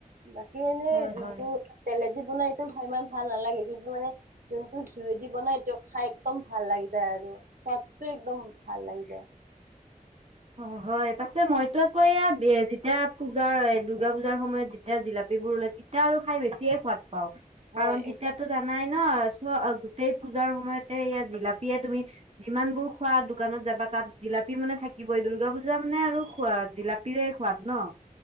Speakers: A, on the right; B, on the right.
A: বাকী এনেই
B: হয়
A: যোনটো
B: হয়।
A: তেলেদি বনাই এইটো ইমান ভাল নালাগে, কিন্তু মানে যোনটো ঘীউদি দি বনাই এইটো একদম খাই একদম ভাল লাগি যায় আৰু। সোৱাদটো একদম ভাল লাগি যায়।
B: অ', হয়। পাছে মইতো আকৌ এইয়া বি-যেতিয়া পূজাৰ-এ দুৰ্গা পূজাৰ সময়ত যেতিয়া জিলাপীবোৰ ওলাই তে তেতিয়া আৰু খাই বেছিয়ে সোৱাদ পাওঁ।
A: হয়
B: কাৰণ তেতিয়াতো
A: একদম
B: জানাই ন চ গোটেই পূজাৰ সময়তে ইয়াত জিলাপিয়ে তুমি যিমানবোৰ খোৱা দোকানত যাবা তাত জিলাপি মানে থাক থাকিবই। দুৰ্গা পূজা মানে আৰু খোৱা জিলাপিৰে সোৱাদ ন।